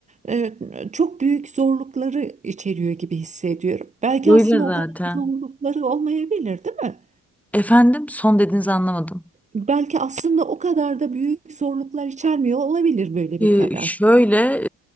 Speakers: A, on the right; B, in the centre.
A: e, çok büyük zorlukları içeriyor gibi hissediyorum. Belki
B: böyle
A: aslında
B: zaten.
A: o kadar zorlukları olmayabilir, değil mi?
B: Efendim son dediğinizi anlamadım.
A: Belki aslında o kadar da büyük zorluklar içermiyor olabilir böyle
B: Ee,
A: bir karar.
B: şöyle